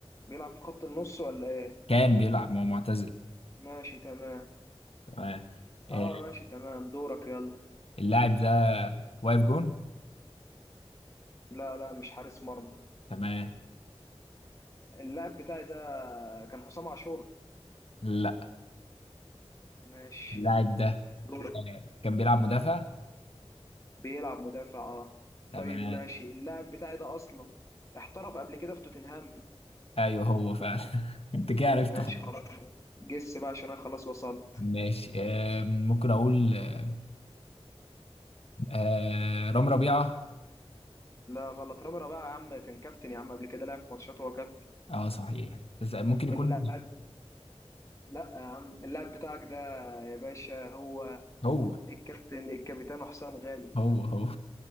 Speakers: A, on the left; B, on the left.
A: بيلعب في خط النص ولا إيه؟
B: كان بيلعب ما هو معتزل
A: ماشي تمام
B: تمام آه،
A: اه ماشي تمام دورك يلا
B: اللاعب ده واقف جون
A: لا لا مش حارس مرمى
B: تمام
A: اللاعب بتاعي ده كان حسام عاشور
B: لا
A: ماشي
B: اللاعب ده
A: دورك
B: آه، كان بيلعب مدافع
A: بيلعب مدافع اه
B: تمام
A: طيب ماشي اللاعب بتاعي ده اصلا احترف قبل كده في توتنهام
B: ايوه هو فعلا <laughs> انت كده عرفت
A: ماشي
B: خلاص
A: خلاص جس بقى عشان انا خلاص وصلت
B: ماشي آه، ممكن اقول آه، آه رام ربيعة
A: لا غلط رامي بقى يا عم كان كابتن يا عم قبل كده لعب في ماتشات وهو كابتن
B: اه صحيح بس ممكن يكون
A: اللاعب لا يا عم اللاعب بتاعك ده يا باشا هو
B: هو
A: الكابتن الكابتن حسام غالي
B: هو هو